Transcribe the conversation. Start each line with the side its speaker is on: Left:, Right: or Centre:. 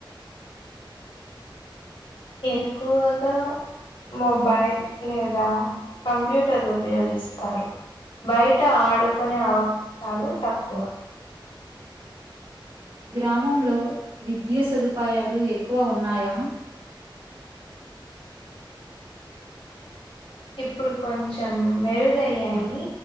Left: ఎక్కువగా మొబైల్ లేదా కంప్యూటర్ ఉపయోగిస్తారు బయట ఆడుకునే అవకాశాలు తక్కువ
Right: గ్రామంలో విద్యా సదుపాయాలు ఎక్కువ ఉన్నాయా
Left: ఇప్పుడు కొంచెం మెరుగయ్యాయి